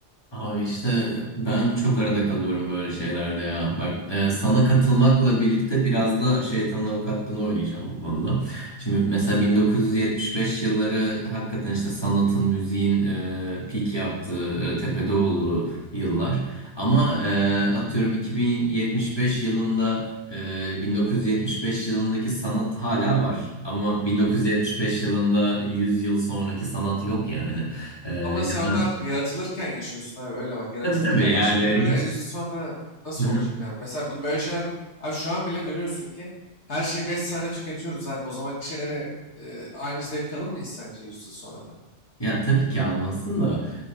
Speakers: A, on the left; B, on the left.
A: Abi işte e, ben çok arada kalıyorum böyle şeylerde ya. Bak e, sana katılmakla birlikte biraz da şeytanın avukatlığını oynayacağım bu konuda. Şimdi mesela 1975 yılları hakikaten işte sanatın, müziğin e, peak yaptığı, e, tepede olduğu yıllar. Ama e, atıyorum 2075 yılında e, 1975 yılındaki sanat hala var. Ama 1975 yılında 100 yıl sonraki sanat yok yani. E, ya
B: Ama sen onlar
A: da
B: yaratılırken yaşıyorsun abi öyle bak. Yaratılırken
A: Tabii tabii
B: yaşadın
A: yani
B: ve
A: hiç
B: de yüz yıl sonra nasıl
A: Hı hı.
B: olacak abi? Mesela bunu böyle şeyler abi şu an bile görüyorsun ki her şeyi 5 saniye tüketiyoruz abi. O zamanki şeyleri e, aynı zevk alır mıyız sence yüz yıl sonra da?
A: Ya tabii ki almazsın da